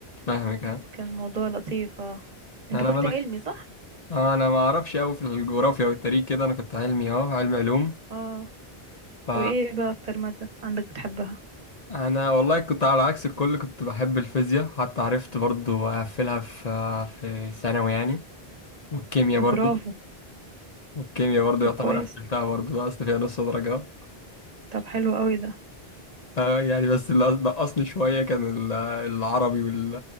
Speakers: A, on the left (about 45°); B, on the right (about 40°).
A: فاهمك ها
B: كان الموضوع لطيف اه انت
A: انا
B: كنت
A: ما دخل...
B: علمي صح؟
A: آه، انا ما اعرفش قوي في الجغرافيا والتاريخ كده انا كنت علمي اه علم علوم
B: اه
A: ف
B: وايه بقى أكتر مادة عندك بتحبها؟
A: انا والله كنت على عكس الكل كنت بحب الفيزياء حتى عرفت برضو اقفلها في في ثانوي يعني والكيمياء
B: طب
A: برضو
B: برافو
A: والكيمياء برضو
B: طب
A: يعتبر
B: كويس
A: قفلتها برضو نقصت فيها نص درجة
B: طب حلو قوي ده
A: آه يعني بس اللي نقصني شوية كان ال- العربي وال-